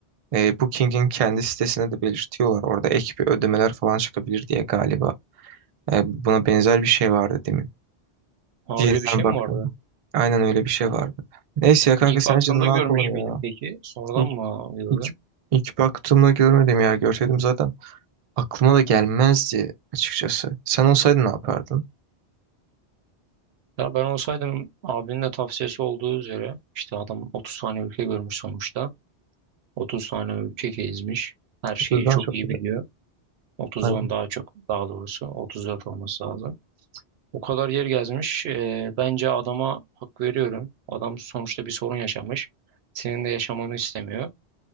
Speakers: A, on the right; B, on the right.
A: E, Booking'in kendi sitesinde de belirtiyorlar. Orada ek bir ödemeler falan çıkabilir diye galiba. E, buna benzer bir şey vardı demin.
B: Ha
A: Yeniden
B: öyle bir şey
A: baktım.
B: mi vardı?
A: Aynen öyle bir şey vardı. Neyse ya kanka
B: İlk
A: sence
B: baktığımda
A: ne
B: görmüş
A: yapalım
B: müydüm
A: ya?
B: peki? Sonradan
A: İlk,
B: mı gördün?
A: ilk, ilk baktığımda görmedim ya. Görseydim zaten aklıma da gelmezdi açıkçası. Sen olsaydın ne yapardın?
B: Ya ben olsaydım abinin de tavsiyesi olduğu üzere işte adam 30 tane ülke görmüş sonuçta. 30 tane ülke gezmiş. Her şeyi
A: 30'dan
B: çok
A: çok
B: iyi
A: güzel.
B: biliyor. 30'dan
A: Aynen.
B: daha çok daha doğrusu 34 olması lazım. O kadar yer gezmiş. Ee, bence adama hak veriyorum. Adam sonuçta bir sorun yaşamış. Senin de yaşamanı istemiyor.